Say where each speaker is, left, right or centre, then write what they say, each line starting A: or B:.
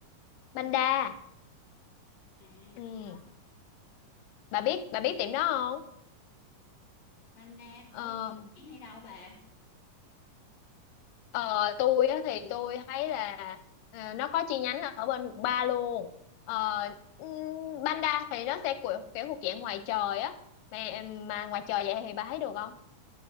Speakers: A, on the left; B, on the left.
A: Banda
B: được à
A: ừ.
B: ở đâu
A: bà biết bà biết tiệm đó không
B: Banh đa ở
A: Ờ,
B: hay đâu bà
A: Ờ, tôi á, thì tôi thấy là ờ, nó có chi nhánh ở bên quận ba luôn ờ, ừm, Banda thì nó sẽ kiểu, kiểu thuộc dạng ngoài trời á mà mà ngoài trời vậy thì bà thấy được không